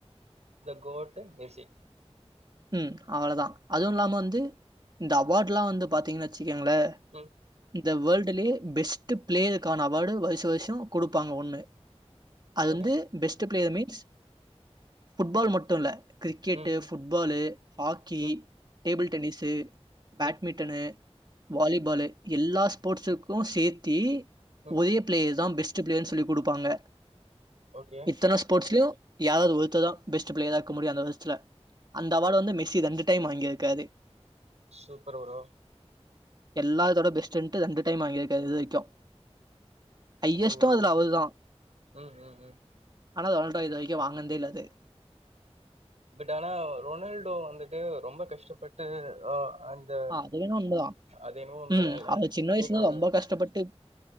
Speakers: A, on the right; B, on the right.
A: இந்த கோட்டு மெஸ்ஸி
B: ம் அவளதா அதுவு இல்லாம வந்து இந்த அவார்ட்லா வந்து பாத்தீங்கனா வெச்சுக்கேங்களே
A: ம்
B: இந்த வேல்டுலே பெஸ் ட்டு பிளேயருக்கான அவார்டு வருச வருசோ குடுப்பாங்க ஒன்னு அது
A: ஓகே
B: வந்து பெஸ்ட்டு பிளேயர் மீன்ஸ் ஃபுட்பால் மட்டு இல்ல கிரிக்கெட்டு
A: ம் ம்
B: ஃபுட் பாலு ஹாக்கி
A: ம்
B: டேபிள் டென்னிஸ்ஸு பேட்மிட்டனு
A: ம்
B: வாலிபாலு எல்லா ஸ்போர்ட்ஸுக்கு சேத்தி
A: ம்
B: ஒரே பிளேயர் தா பெஸ்ட்டு பிளேயர்னு சொல்லி குடுப்பாங்க
A: ஓகே
B: இத்தன ஸ்போர்ட்ஸ்லயு யாராவ்து ஒருத்த தா பெஸ்ட்டு பிளேயரா இருக்க முடியு அந்த வருஷ்த்துல அந்த அவார்டு வந்து மெஸ்ஸி ரெண்டு டைம் வாங்கிருக்காரு
A: சூப்பரு ப்ரோ
B: எல்லாத்தோட பெஸ்ட்ன்ட்டு ரெண்டு டைம் வாங்கிருக்காரு இது வரைக்கு ஐயஸ்ட்டு
A: ஓ
B: அதுல
A: ஓ
B: அவரு தா
A: ம் ம் ம்
B: ஆனா ரொனால்டோ இது வரைக்கு வாங்கன்தே இல்ல அது
A: பட் ஆனா ரொனால்டோ வந்துட்டு ரொம்ப கஷ்டப்பட்டு ஆ அந்த
B: ஆ அது வேணா உண்மதா
A: அது என்னவோ உண்மதா
B: ம்
A: இல்ல
B: அவர் சின்ன வயசுல
A: இன்னைக்கு ஒரு
B: ரொம்ப கஷ்டப்பட்டு